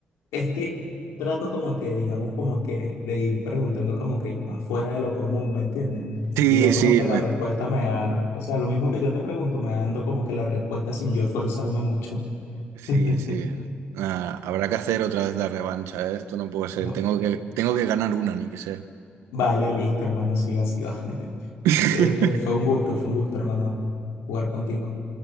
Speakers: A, on the left; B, on the right.
A: es que trato como que, digamos, como que de ir preguntando como que más fuera de lo común, ¿me entiendes?
B: Sí,
A: Y ya como
B: sí,
A: que la
B: me-
A: respuesta me da, o sea, lo mismo que yo te pregunto, me dando como que la respuesta sin yo esforzarme mucho.
B: sí,
A: <laughs>
B: sí. Ah, habrá que hacer otra vez la revancha, ¿eh? Esto no puede ser.
A: Va-
B: Tengo que, tengo que ganar una, ni que sea.
A: Vale, listo, hermano, así va, así va. <laughs>
B: <laughs>
A: Este, fue un gusto, fue un gusto, hermano, jugar contigo.